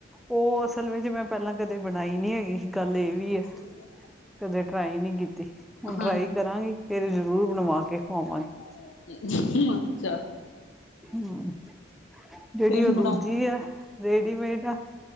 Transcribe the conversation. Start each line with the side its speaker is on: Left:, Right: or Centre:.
Centre: ਉਹ ਅਸਲ ਵਿੱਚ ਮੈਂ ਪਹਿਲਾਂ ਕਦੇ ਬਣਾਈ ਨੀ ਹੈਗੀ
Left: <inaudible>
Centre: ਗੱਲ ਇਹ ਵੀ ਹੈ ਕਦੇ ਟਰਾਈ ਨੀ ਕੀਤੀ ਹੁਣ
Left: ਹਾਂਜੀ
Centre: ਟਰਾਈ ਕਰਾਂਗੀ ਫਿਰ ਜਰੂਰ ਬਣਵਾ ਕੇ ਖਵਾਵਾਂਗੀ
Left: <unintelligible> ਅੱਛਾ
Centre: ਹਮ ਜਿਹੜੀ
Left: ਫੇਰ
Centre: ਉਹ ਦੂਜੀ
Left: ਬਣਾਓ
Centre: ਐ ਰੇਡੀਮੇਡ ਆ